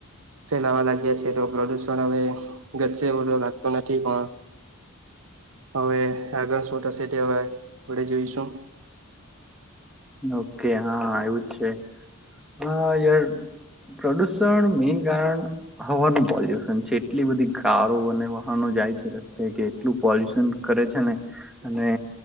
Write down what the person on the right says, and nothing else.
ફેલાવા લાગ્યા છે તો પ્રદુષણ હવે ઘટશે એવું લાગતુ નથી પણ હવે આગળ શું થશે તે આપડે જોઈશું